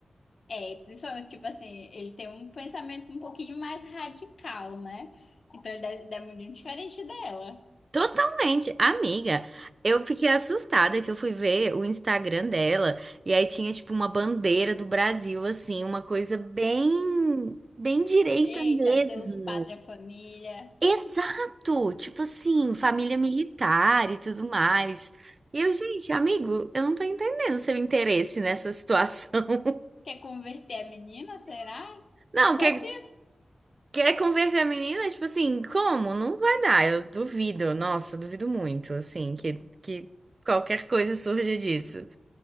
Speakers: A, on the left (about 60°); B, on the right (about 50°).
A: é, principalmente, tipo assim, ele tem um pensamento um pouquinho mais radical, né? Então ele deve, deve muito diferente dela.
B: Totalmente, amiga. Eu fiquei assustada que eu fui ver o Instagram dela e aí tinha tipo uma bandeira do Brasil assim, uma coisa bem bem direita
A: Eita,
B: mesmo.
A: Deus, pátria, família.
B: Exato, tipo assim, família militar e tudo mais. E eu, gente, amigo, eu não tô entendendo seu interesse nessa situação.
A: Quer converter a menina, será?
B: <laughs> Não, quer
A: Só se
B: quer converter a menina, tipo assim, como? Não vai dar, eu duvido. Nossa, duvido muito, assim, que que qualquer coisa surja disso.